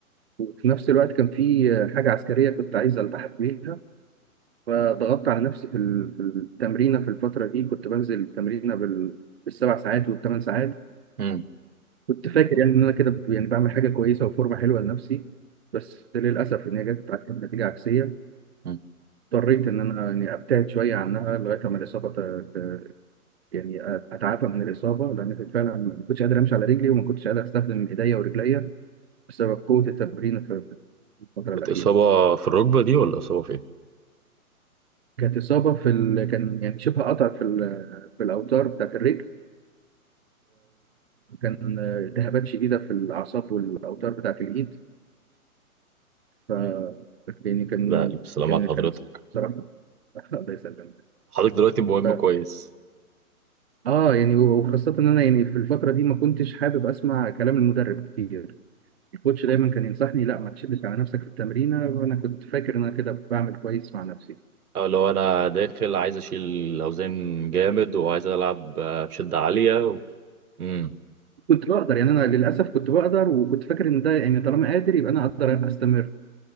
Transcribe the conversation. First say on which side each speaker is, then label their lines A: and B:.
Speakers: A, on the right; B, on the right.
A: وفي نفس الوقت كان في آه، حاجة عسكرية كنت عايز ألتحق بيها فضغطت على نفسي في ال- في التمرينة في الفترة دي كنت بنزل التمرينة بال بالسبع ساعات والثمان ساعات
B: امم
A: كنت فاكر يعني ان انا كده ب- يعني بعمل حاجه كويسه وفورمه حلوه لنفسي بس للاسف ان هي جت عليها بنتيجه عكسيه
B: امم
A: اضطريت ان انا يعني ابتعد شويه عنها لغايه اما الاصابه ت- ت- يعني أ- اتعافى من الاصابه لان كنت فعلا ما كنتش قادر امشي على رجلي وما كنتش قادر استخدم ايديا ورجليا بسبب قوه التمرين في في الفتره
B: كانت
A: الاخيره
B: إصابة في الركبة دي ولا إصابة فين؟
A: كانت اصابه في ال... كان يعني شبه قطع في ال... في الاوتار بتاعت الرجل وكان التهابات شديده في الاعصاب والاوتار بتاعت الايد ف يعني كان
B: لا ألف سلام
A: كان
B: على حضرتك
A: كان بصراحة <laughs> الله يسلمك
B: حضرتك دلوقتي مهم
A: ف...
B: كويس
A: اه يعني وخاصة ان انا يعني في الفترة دي ما كنتش حابب اسمع كلام المدرب كتير الكوتش
B: كنت
A: دايما كان ينصحني لا ما تشدش على نفسك في التمرينة وانا كنت فاكر ان انا كده بعمل كويس مع نفسي
B: أو لو أنا داخل عايز أشيل أوزان جامد وعايز ألعب آه، بشدة عالية و... امم
A: كنت بقدر يعني انا للاسف كنت بقدر وكنت فاكر ان ده يعني طالما قادر يبقى انا اقدر استمر